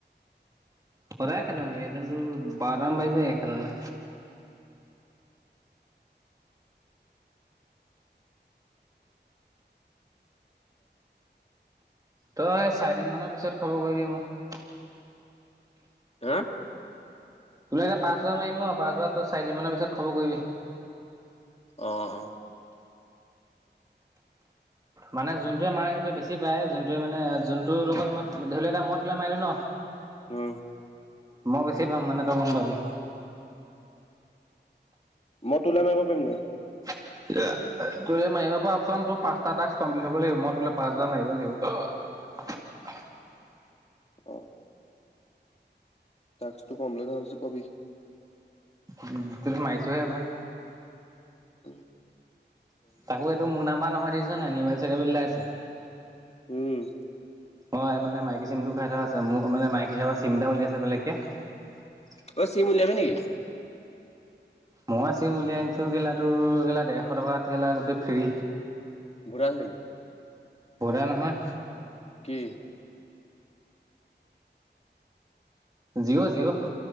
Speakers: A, on the right (about 20°); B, on the left (about 35°).
A: সদায় খেলো আমি সেইদিনাতো বাৰটামান বাজি যায় গে খেলালে। তই চাৰিদিনমানৰ পিছত খবৰ কৰিবি মোক।
B: হা!
A: তোলে এতিয়া পাঁচহাজাৰ মাৰিম ন, পাঁচবাৰত তই চাৰিদিনমানৰ পিছত খবৰ কৰিবি?
B: আহ <unintelligible>
A: মানে যোনটোৱে মাৰে সেইটোৱে বেছি পায়, যোনটোৱে মানে যোনটোৰ লগত ম‌ই, ধৰি লৱ এতিয়া মই তোলে মাৰিলোঁ ন
B: উম!
A: মই বেছি পাম মানে তই গম পাবি।
B: মই তোলে মাৰিব পাৰিম নাই?
A: <unintelligible> তোলে মাৰিব পৰা অৱচনটো পাঁচটা ৰ্টাক্স কমপ্লিট হব লাগিব, মই তোলে পাঁচবাৰ মাৰিব লাগিব। <unintelligible>
B: আহ‌ <inaudible> ৰ্টাজটো কমপ্লিট হোৱা পিছত কবি?
A: উম তোলে মাৰিছোহে এবাৰ।
B: উম <inaudible>
A: তাকো এইটো মোৰ নাম্বাৰ নহয় দেখিছ নাই? নিৰ্মল শইকীয়া বুলি ওলাই আছে।
B: উম!
A: মই মানে মাইকী চিমটো খুৱাই থোৱা আছে, মোৰ মানে মাইকী ভাগৰ চিম এটা উলিয়াইছে বেলেগকে <unintelligible>
B: অই চিম উলিয়াবি নেকি?
A: মই আছেম উলিয়াই আনিছো গেলা তোৰগেলা ডেৰশ টকাত গেলা গোটেই ফ্ৰি
B: বুঢ়া চিম
A: বুঢ়া নহয়
B: কি
A: জিঅ জিঅ